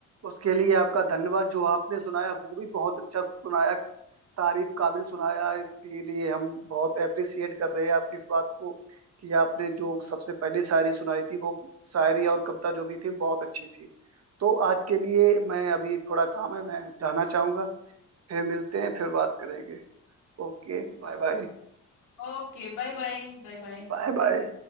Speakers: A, on the right (about 55°); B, on the left (about 85°).
A: उसके लिए आपका धन्यवाद जो आपने सुनाया वो भी बहुत अच्छा सुनाया तारीफ काबिल सुनाया इसके लिए हम बहुत अप्रिसिएट कर रहे हैं आपकी इस बात को कि आपने जो सबसे पहली शायरी सुनाई थी वो शायरी और कविता जो भी थी बहुत अच्छी थी तो आज के लिए मैं अभी थोड़ा काम है मैं जाना चाहूंगा फिर मिलते हैं फिर बात करेंगे Okay bye bye
B: Okay bye bye bye bye
A: bye bye